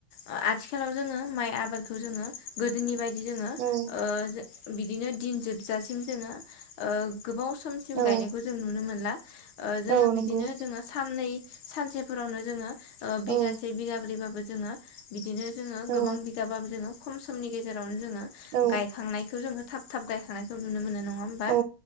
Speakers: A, on the left; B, on the right.
A: ओ आथिखालाव जोङो माइ आबादखौ जोङो गोदोनि बायदि जोङो
B: औ
A: ओ बिदिनो दिन जोबजासिम जोङो ओ गोबाव समसिम
B: औ
A: गायनायखौ जों नुनो मोनला ओ जोङो
B: औ नंगौ
A: बिदिनो जोङो साननै सानसेफोरावनो जोङो ओ बिगासे
B: औ
A: बिगाब्रैबाबो जोङो बिदिनो जोङो
B: औ
A: गोबां बिगाबाबो जोङो खम समनि गेजेरावनो जोङो
B: औ
A: गायखांनायखौ जोङो थाब थाब गायखांनायखौ नुनो मोनो नङा होमबा।
B: औ